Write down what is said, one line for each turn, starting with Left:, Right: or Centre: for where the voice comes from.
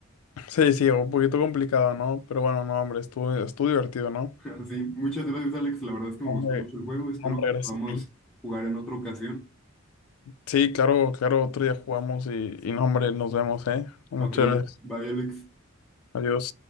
Left: Sí, sí, un poquito complicado, ¿no? Pero bueno, no, hombre, estuvo, estuvo divertido, ¿no?
Centre: <laughs> Así, muchas gracias, Alex. La verdad es que me
Left: No,
Centre: gustó
Left: Hombre,
Centre: mucho el juego. Espero
Left: no, hombre,
Centre: que
Left: gracias
Centre: podamos
Left: a ti.
Centre: jugar en otra ocasión.
Left: Sí, claro, claro, otro día jugamos y, y no, hombre, nos vemos, ¿eh? Muchas
Centre: Ok,
Left: gracias.
Centre: bye, Alex.
Left: Adiós.